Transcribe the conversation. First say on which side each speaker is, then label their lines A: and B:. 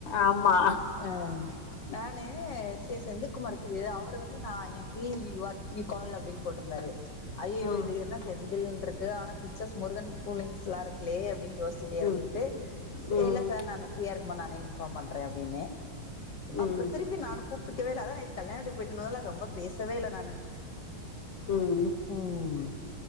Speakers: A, on the left; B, on the left.
A: ஆமா
B: ஆ நானு செந்தந்துக்குமா இருக்குது அவரு வந்து வந்து நா என் free you are you call அப்டின்னு போட்டுருந்தாரு ஐய்யயோ
A: ம்
B: இது என்ன செந்திலுன் இருக்கு ஆன பிச்சர்ஸ் முருகன் போலிங்ஸ் ல்ல இருக்குக்கே <unintelligible> னு யோசுச்சிட்டே இருந்துட்டு
A: ம் ம்
B: இல்ல சார் நானு ஃபிரியா இருக்கு மா நானே இன்ஃபாம் பண்றே அப்டின்னே
A: ம்
B: அப்றோ திருப்பி நானு கூப்ப குடிக்கவே இல்ல அதா நேத்து கல்யாண போய்ட்டு வந்துல்ல ரொம்ப பேசவே இல்ல நானு
A: ம்
B: உம்